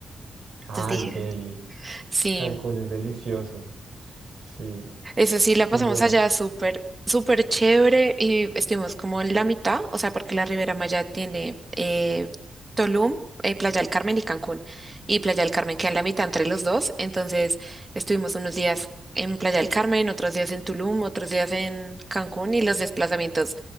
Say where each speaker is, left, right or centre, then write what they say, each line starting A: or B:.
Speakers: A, on the right; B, on the right.
A: Ay,
B: Entonces dije,
A: Delhi,
B: sí,
A: Cancún es delicioso. Sí,
B: Eso sí, la
A: sí,
B: pasamos
A: yo.
B: allá súper, súper chévere y estuvimos como en la mitad, o sea, porque la Ribera Maya tiene eh, Tulum, eh, Playa del Carmen y Cancún. Y Playa del Carmen queda en la mitad entre los dos, entonces estuvimos unos días en Playa del Carmen, otros días en Tulum, otros días en Cancún y los desplazamientos